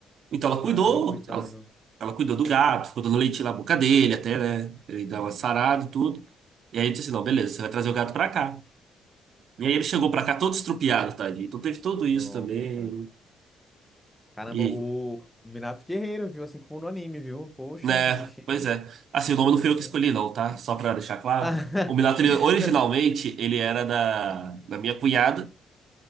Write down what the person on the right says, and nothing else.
Então ela
cuidou,
ela, ela cuidou do gato, ficou dando leite na boca dele até, né? Ele dava uma sarada e tudo. E aí eu disse assim, não, beleza, você vai trazer o gato pra cá. E aí ele chegou pra cá todo estrupiado, tadinho. Então teve tudo isso
também.
E,
né,
pois é. Assim, o nome não
foi eu que escolhi
não, tá? Só pra deixar claro.
O Minato,
ele, originalmente,
ele era da, da minha cunhada